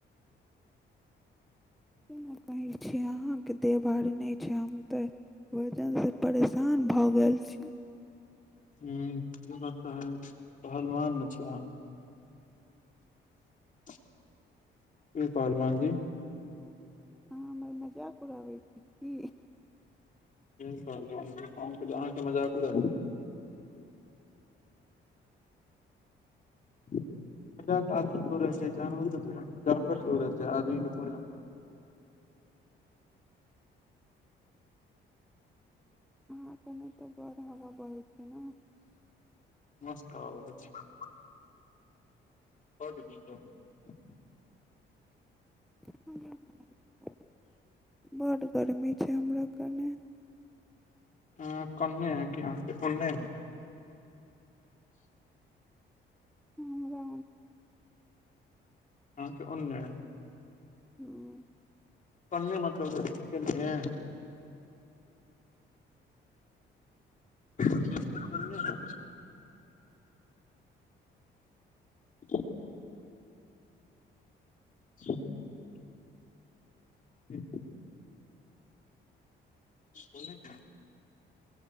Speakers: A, on the left (about 40°); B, in the centre.
A: <inaudible>
B: केना अहाँके देह भारी नहि छै हम तऽ वजन सँ परेशान भऽ गेल छी
A: ह बात तऽ हय पहलवान छियैक अहा कि पहलवान जी
B: अहाँ हमर मजाक उड़ाबैत छी की
A: आहाँ केँ मजाक उरायब <inaudible> आदमी रहल जानवर के हो रहल छै आदमीे के थोड़ <inaudible>
B: अहा के नहि तऽ बढ़ हवा बहे छै ने <unintelligible>
A: मस्त हवा बहैत छैक ब द दीप ब <inaudible>
B: ह बड गर्मी छै हमरा कने
A: अहां कन्ने है कि अहाँके ओने है
B: हमरा
A: अहाँके ओन्ने
B: हँ
A: पन्ने मतलब है केन्ने <unintelligible> <inaudible> श <unintelligible> ह्म <inaudible> बोलै छै <inaudible>